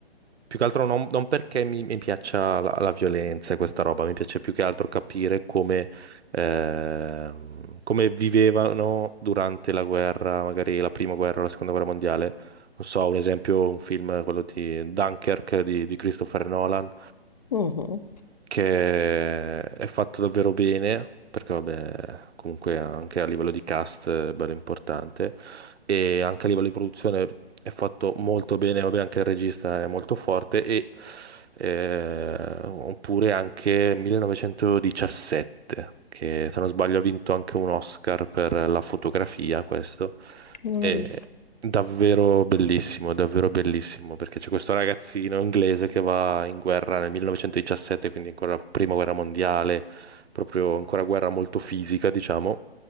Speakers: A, on the right; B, on the left.
A: più che altro non, non perché mi, mi piaccia la, la violenza e questa roba, mi piace più che altro capire come, ehm, come vivevano durante la guerra, magari la prima guerra, o la seconda guerra mondiale. Non so, un esempio, un film, quello di Dunkirk di di Christopher Nolan
B: Mhm,
A: che è fatto davvero bene, perché vabbè, comunque anche a livello di cast è bello importante, e anche a livello di produzione è fatto molto bene, vabbè, anche il regista è molto forte, e eh, oppure anche 1917, che se non sbaglio ha vinto anche un Oscar per la fotografia, questo.
B: Non
A: E
B: ho visto.
A: Davvero bellissimo, davvero bellissimo, perché c'è questo ragazzino inglese che va in guerra nel 1917, quindi ancora prima guerra mondiale, proprio ancora guerra molto fisica, diciamo,